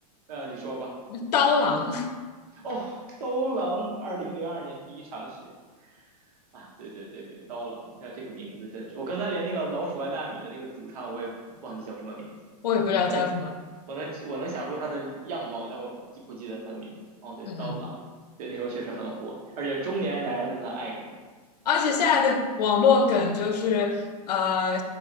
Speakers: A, on the right; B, on the left.
A: 呃，你说吧。
B: 刀郎，
A: 哦，刀郎二零零二年第一场雪啊，对对对对，刀郎这这个名字真的是，我刚才连那个老鼠爱大米的那个主唱我也忘记叫什么名字，
B: 我也不知道叫什么。
A: 我能我能我能想出他的样貌，但我记不记得他的名字？哦，对，
B: 嗯嗯，
A: 刀郎，对，那时候确实很火，而且中年男人那么的爱感觉。
B: 而且现在的网络梗就是，呃，